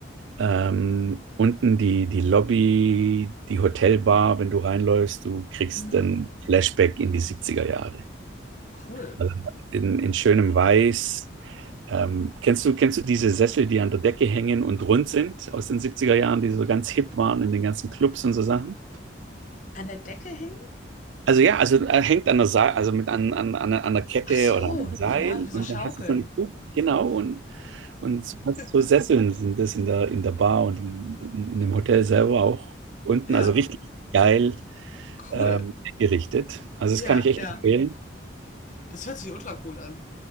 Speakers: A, on the right (about 75°); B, on the left (about 40°).
A: Ähm, unten die, die Lobby, die Hotelbar, wenn du reinläufst, du kriegst
B: Mhm.
A: dann Flashback in die 70er Jahre.
B: Cool.
A: Also in, in schönem Weiß. Ähm, kennst du, kennst du diese Sessel, die an der Decke hängen und rund sind aus den 70er Jahren, die so ganz hip waren in den ganzen Clubs und so Sachen?
B: An der Decke hängen?
A: Also ja, also äh, hängt an der Seil, also mit an, an, an, an der Kette
B: Ach so,
A: oder am Seil
B: ja, wie so
A: und
B: Schaukeln.
A: dann hast du so eine Kugel, genau, und, und so, hast
B: <laughs>
A: so Sesseln sind das in der, in der Bar und in, in, in dem Hotel selber auch unten,
B: Ja,
A: also richtig geil
B: cool.
A: ähm, gerichtet. Also
B: Ja,
A: das kann ich echt
B: ja.
A: empfehlen.
B: Das hört sich ultra cool an.